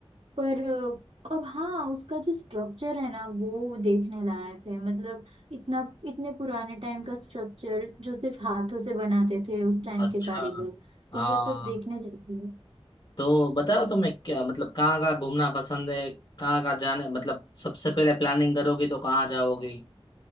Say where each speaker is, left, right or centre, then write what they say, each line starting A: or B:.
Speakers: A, on the right; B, on the left.
A: पर अ, और हाँ उसका जो स्ट्रक्चर है ना वो देखने लायक है मतलब इतना इतने पुराने टाइम का स्ट्रक्चर जो सिर्फ हाथों से बनाते थे उस टाइम
B: अच्छा
A: के कारीगर तो
B: हाँ
A: वो सब देखने जाते हैं
B: तो बताओ तुम्हें क्या मतलब कहाँ कहाँ घूमना पसंद है कहाँ कहाँ जाने मतलब सबसे पहले प्लानिंग करोगी तो कहाँ जाओगी